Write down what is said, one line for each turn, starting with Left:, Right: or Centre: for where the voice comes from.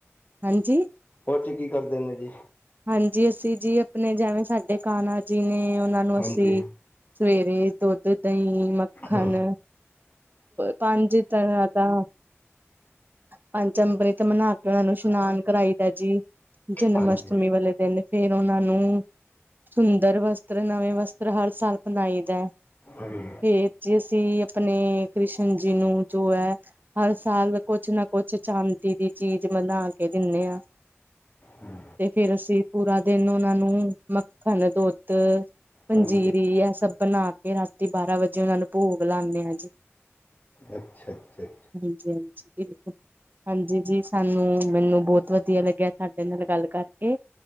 Right: ਹਾਂਜੀ,
Left: ਉਹਦੇ ਚ ਕੀ ਕਰਦੇ ਨੇ ਜੀ
Right: ਹਾਂਜੀ ਅਸੀਂ ਜੀ ਆਪਣੇ ਜੈਵੇਂ ਸਾ ਡੇ ਕਣਾ ਜੀ ਨੇ ਓਨਾਂ
Left: ਹਾਂਜੀ
Right: ਨੂੰ ਅਸੀਂ ਸਵੇਰੇ ਦੁੱਧ ਦਹੀਂ ਮੱਖਣ
Left: ਹੂੰ
Right: ਪੰਜ ਤਰਾ ਦਾ ਪੰਜ ਅੰਬਰੀ ਤੇ ਮਨਾ ਕੇ ਓਨਾਂ ਨੂੰ ਇਸ਼ਨਾਨ ਕਰਾਈ ਦਾ ਜੀ ਜਨਮ
Left: ਹਾਂਜੀ
Right: ਅਸ਼ਟਮੀ ਵਾਲੇ ਦਿਨ ਫੇਰ ਓਨਾਂ ਨੂੰ ਸੁੰਦਰ ਵਸਤਰ ਨਵੇਂ ਵਸਤਰ ਹਰ ਸਾਲ ਪਨਾਈ ਦਾਐ।
Left: ਹਜੀ।
Right: ਫੇਰ ਜੇ ਅਸੀਂ ਆਪਣੇ ਕ੍ਰਿਸ਼ਨ ਜੀ ਨੂੰ ਜੋ ਐ ਹਰ ਸਾਲ ਕੁਛ ਨਾ ਕੁਛ ਚਾਦੀ ਦੀ ਚੀਜ਼ ਬਣਾ ਕੇ ਦੇਂਦੇ ਆਂ।
Left: ਹਮ,
Right: ਤੇ ਫੇਰ ਅਸੀਂ ਪੂਰਾ ਦਿਨ ਓਨਾਂ ਨੂੰ ਮੱਖਨ, ਦੁੱਦ ਪੰਜੀਰੀ
Left: ਹਾਂਜੀ
Right: ਐ ਸਬ ਬਨਾ ਕੇ ਰਾਤੀ ਬਾਰਾਂ ਵਜੇ ਓਨਾਂ ਨੂੰ ਭੋਗ ਲਾਂਦੇ ਆ ਜੀ।
Left: ਅੱਛਾ-ਅੱਛਾ-ਅੱਛਾ।
Right: ਹਾਂਜੀ-ਹਾਂਜੀ। ਬਿਲਕੁਲ, ਹਾਂਜੀ ਜੀ-ਜੀ ਸਾਨੂੰ ਮੈਨੂੰ ਬੋਤ ਵਦੀਆ ਲੱਗੇਆ ਤਾਡੇ ਨਾਲ ਗੱਲ ਕਰਕੇ।